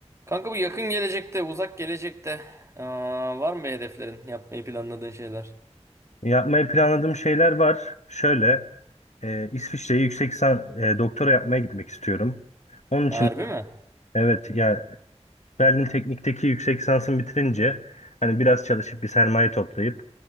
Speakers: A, on the right (about 25°); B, on the left (about 80°).
A: Kanka bu yakın gelecekte, uzak gelecekte aa, var mı bir hedeflerin, yapmayı planladığın şeyler?
B: Yapmayı planladığım şeyler var. Şöyle, e, İsviçre'ye yüksek lisan- e, doktora yapmaya gitmek istiyorum. Onun için
A: Harbi
B: de-
A: mi?
B: evet ya Berlin Teknik'teki yüksek lisansımı bitirince hani biraz çalışıp bir sermaye toplayıp